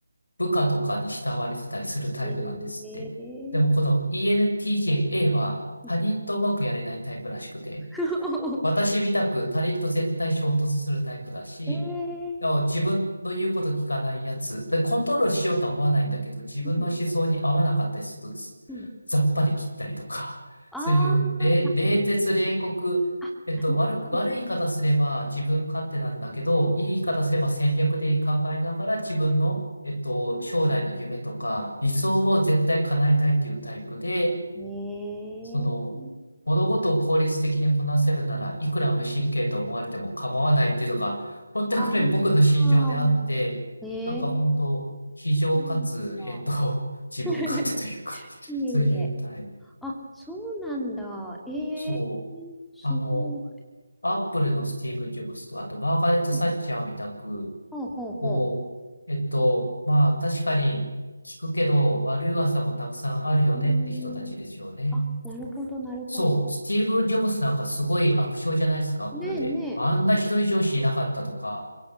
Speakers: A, on the left; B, in the centre.
A: 部下とかに慕われてたりするタイプなんですって。
B: うーん。えー、
A: でもこの ENTJ A は他人とうまくやれないタイプらしくて、
B: うん <laughs>
A: 私みたく他人と絶対衝突するタイプだし、
B: えー、
A: でも自分の言うこと聞かないやつ、で、コントロールしようとは思わないんだけど、
B: う
A: 自分の思想に合わなかったりすると、
B: ん、
A: つざっぱり切ったりとか、
B: うん。うんあー、
A: そういう、冷、
B: な、
A: 冷徹冷酷、
B: あ、
A: えっと、
B: なるほど。
A: 悪く、悪い言い方すれば自分勝手なんだけど、いい言い方すれば戦略で考えながら自分の、えっと、将来の夢とか理想を絶対叶えたいっていうタイプで、
B: うんええ
A: その、物事を効率的にこなせるなら、いくら無神経と思われても構わないっていうのが、本当にこれ僕の心情であって、
B: ああー、ええ
A: なんか本当、非情かつ、
B: そうなんだ。
A: えっと、自分勝手というか、
B: <laughs> いえいえ。
A: そういうタイプ。
B: あ、そうなんだ。ええ
A: そう。
B: すご
A: あの、アップルのスティーブ・ジョブズと、あと、マーガレット・
B: い。
A: サッチャーみたく、
B: うんほうほうほ
A: こう、えっと、まあ、確かに聞くけど、悪い噂もたくさんあるよねって人たちですよね。
B: う。うーん。あ、なるほど、なるほど。
A: そう、スティーブン・ジョブズなんかすごい悪評じゃないですか、アップルで。
B: ねえねえ。
A: あんなひどい上司いなかったとか。
B: そうです